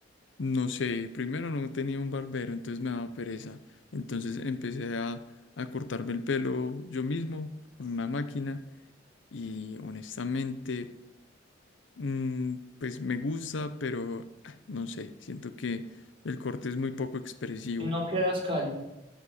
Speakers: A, on the left; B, on the right.
A: No sé, primero no tenía un barbero, entonces me daba pereza. Entonces empecé a, a cortarme el pelo yo mismo con una máquina y honestamente, mm, pues me gusta, pero ah, no sé, siento que el corte es muy poco expresivo
B: ¿Y no quedas calvo?